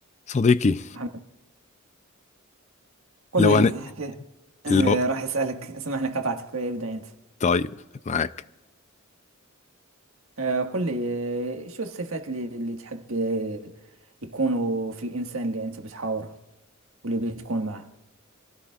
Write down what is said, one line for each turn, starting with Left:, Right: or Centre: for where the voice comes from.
Left: صديقي
Right: محمد قل
Left: لو
Right: لي
Left: أنا
Right: آه،
Left: لو
Right: راح أسألك سامحني قطعتك ابدأ أنت
Left: طيب معاك
Right: آه، قل لي آه، شو الصفات اللي اللي تحب آه، يكونوا في الإنسان اللي أنت بتحاوره واللي بتكون معه